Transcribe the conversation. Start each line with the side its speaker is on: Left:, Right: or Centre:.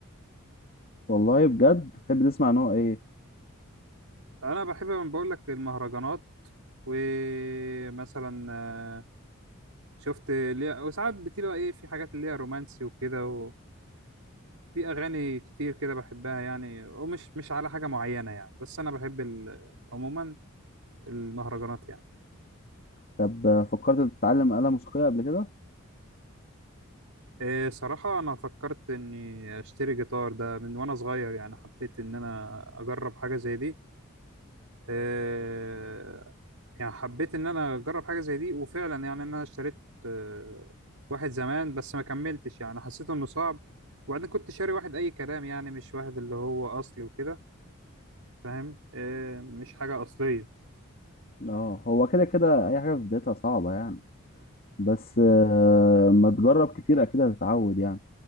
Left: والله بجد بتحب تسمع نوع ايه
Right: انا بحب بقول لك المهرجانات ومثلا آه، شفت ليها وساعات بتبقى ايه في حاجات اللي هي رومانسي وكده وفي اغاني كتير كده بحبها يعني ومش مش على حاجه معينه يعني بس انا بحب ال... عموما المهرجانات يعني
Left: طب فكرت تتعلم آلة موسيقية قبل كده
Right: إيه صراحه انا فكرت اني اشتري جيتار ده من وانا صغير يعني حبيت ان انا اجرب حاجه زي دي إيه يعني حبيت ان انا اجرب حاجه زي دي وفعلا يعني انا اشتريت آه، واحد زمان بس ما كملتش يعني حسيت انه صعب وبعدين كنت شاري واحد اي كلام يعني مش واحد اللي هو اصلي وكده فاهم إيه مش حاجة أصلية
Left: اه هو كده كده اي حاجة في بدايتها صعبة يعني بس آه، ما تجرب كتير اكيد هتتعود يعني